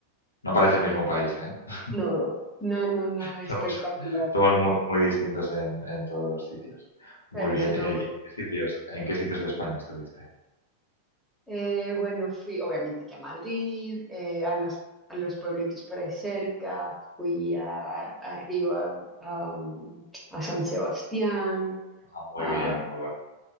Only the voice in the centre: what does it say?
No, no, no, no, espectacular.
Pero
eso es lo
bueno.
Eh, bueno, fui obviamente que a Madrid, eh, a los, a los pueblitos por ahí cerca, fui a, arriba a, um, a San Sebastián,
a,